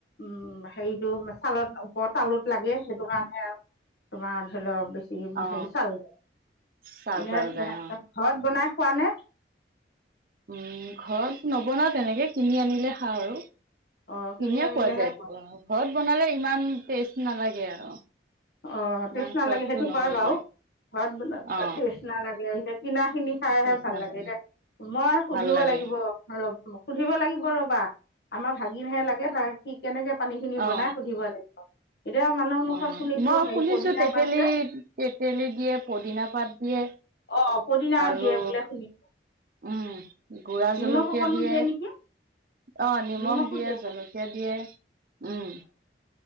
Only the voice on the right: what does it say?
অ
ছাল তাল
যায়
অ
উম ঘৰত নবনাও তেনেকে কিনি আনিলে খাওঁ আৰু ধুনীয়া
খোৱা যায় ঘৰত বনালে ইমান টেষ্ট নালাগে আৰু
ইমান
সোৱাদটো
নহয়গৈ
অ
টেষ্ট
নালাগে
ভাল লাগে
অ
অ মই
শুনিছো
তেতেলী
তেতেলী দিয়ে পদিনা পাত দিয়ে
আৰু
উম গুৰা জলকীয়া
দিয়ে
অ নিমখ
দিয়ে জলকীয়া
দিয়ে উম